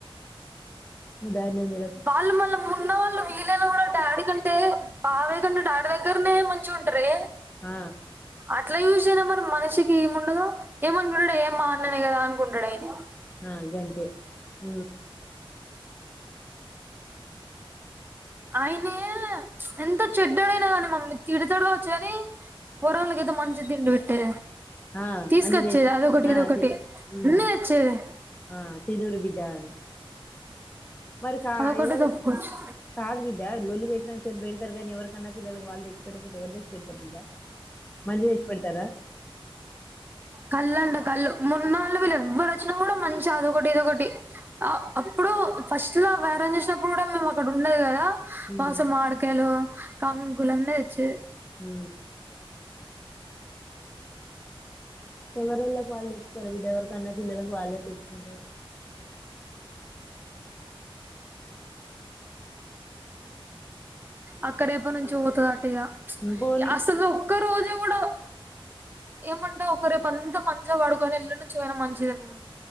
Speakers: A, on the left; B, on the right.
A: ఉదానాన్
B: వాళ్ళ మళ్ళ ఉన్న వాళ్ళు పిల్లలు కూడా డాడీ కంటే బాబాయ్ కంటే డాడీ దగ్గరనే మంచి ఉంటారే
A: హ
B: అట్లా చయూస అయినా మరి మనిషికి ఏమి ఉండదు ఏమనుకుంటాడు ఏ మా అన్ననే కదా అనుకుంటాడు ఆయన
A: ఆ గంతె హ
B: ఆయనే ఎంత చెడ్డడైనా కానీ మమ్మీ తిడతడు కావచ్చు కాని కొడుకులకి ఐతే మంచి తిండి పెట్టె
A: ఆ
B: తీసుకొచ్చేది
A: అన్ని తెచ్
B: అదొకటి
A: ఆ
B: ఇదొకటి
A: తె ఉమ్
B: అన్నీ తెచ్చేది
A: ఆ తిరుర్ బిడ్డ అని మరి కా
B: అదొకటే
A: ఎవరు
B: చెప్పుకోవచ్చు
A: కాదు బిడ్డ లొల్లి పెట్ చెప్పిళ్తారు కానీవకైన్నా పిల్లకి వాళ్ళ తెచ్చి పెట్టకపోతే ఎవరు తెచ్చి పెళ్తారు బిడ మళ్ళీ చేచ్చి పెడతారా
B: కళ్ళుంట కళ్ళు మన్నాళ్ళు వీళ్ళు ఎవ్వరు వచ్చినా కూడా మంచి అదొకటి ఏదొకటి అప్పుడు ఫస్ట్ లా వేరం చేసినప్పుడు కూడా మేము అక్కడ ఉండదు కదా
A: ఉమ్
B: మాసం మాడుకయలు కంకులు అన్ని తెచ్చేది
A: హ ఎవరొళ్ళకి వాళ్ళు తెచ్చుకోరు బిడ్డ ఎవరి కన్నా పిల్లలకుకి వాళ్ళు తెచ్చుకుారు
B: అక్క రేపు నుంచి పోతుంది అటు ఇగా
A: ఉమ్ పోనీ
B: అసలు ఒక్క రోజు కూడా ఉ ఏమంటే ఒక రేపు అంత మంచిగా పాడుకొని ఇల్లు నుంచి పోయినా మంచిదేమ్ని